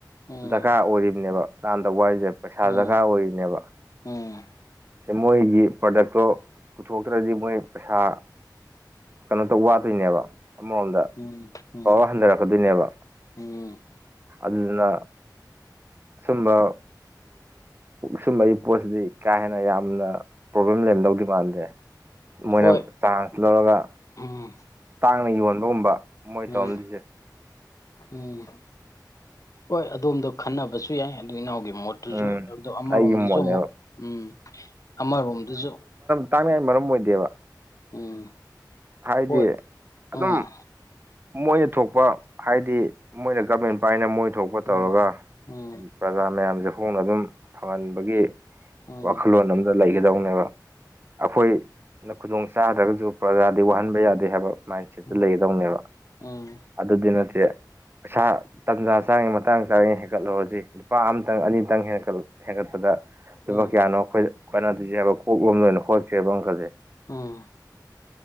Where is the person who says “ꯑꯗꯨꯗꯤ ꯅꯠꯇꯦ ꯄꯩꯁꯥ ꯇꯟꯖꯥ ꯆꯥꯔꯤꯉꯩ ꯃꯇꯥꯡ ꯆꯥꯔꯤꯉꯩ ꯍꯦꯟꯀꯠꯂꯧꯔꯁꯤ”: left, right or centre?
Right